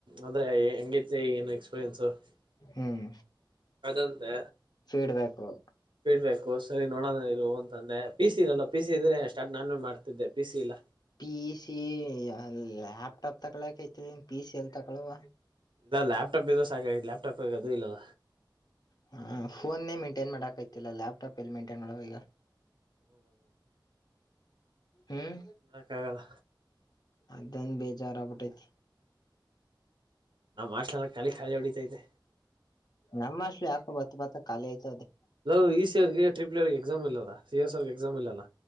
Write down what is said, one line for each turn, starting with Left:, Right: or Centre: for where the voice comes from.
Right: ಅಂದ್ರೆ ಹೆಂಗ ಏನ್ ಎಕ್ಸ್ಪೀರಿಯನ್ಸ್ <unintelligible>
Left: ಹ್ಮ್
Right: ಅದಂತೆ
Left: ಫೀಡ್ಬ್ಯಾಕು.
Right: ಫೀಡ್ಬ್ಯಾಕು ಸರಿ ನೋಡೋಣ ಇರು ಅಂತಂದೆ ಪಿ ಸಿ ಇರಲ್ಲ ಪಿ ಸಿ ಇದ್ರೆ ಸ್ಟಾರ್ಟ್ ನಾನು ಮಾಡ್ತಿದ್ದೆ ಪಿ ಸಿ ಇಲ್ಲ.
Left: ಪಿ ಸಿ ಲ್ಯಾಪ್ಟಾಪ್ ತಕಳಕೈತಿರಿ ಪಿ ಸಿ ಎಲ್ ತಗಳುವ
Right: ದ ಲ್ಯಾಪ್ ಟಾಪ್ ಇದ್ರ ಸಾಕಾಗೆತಿ ಲ್ಯಾಪ್ಟಾಪ್ ಈಗ ಅದು ಇಲ್ಲಲ
Left: ಹಾ ಫೋನ್ನೇ ಮೆಂಟೈನ್ ಮಾಡಕೈತಿಲ್ಲ ಲ್ಯಾಪ್ಟಾಪ್ ಎಲ್ಲಿ ಮೈಂಟೈನ್ ಮಾಡ ಈಗ.
Right: ಹ್ಮ <inaudible>
Left: ಹ್ಮ್
Right: <unintelligible> ಕ್ಕಾಗಲ್ಲ
Left: ಅದಂದ ಬೇಜಾರ ಆಗ್ಬಿಟ್ಟೈತಿ.
Right: ನಮ್ಮಹಾಷ್ಟಲ್ಲೆಲ್ಲ ಖಾಲಿ ಖಾಲಿ ಹೊಡಿತೈತೆ.
Left: ನಮ್ಮ ಹಾಷ್ಟಲು ಯಾಕೋ ಬತ್ತ ಬತ್ತ ಖಾಲಿ ಐತದದೆ.
Right: ಲೋ ಇ ಸಿ ಅವರ್ಗೆ ಟ್ರಿಪ್ ಲೆವೆಲ್ ಗೆ ಎಕ್ಸಾಮ್ ಇಲ್ಲ ಸಿ ಎಸ್ ರ್ಗೆ ಎಕ್ಸಾಮ್ ಇಲ್ಲಲ್ಲ.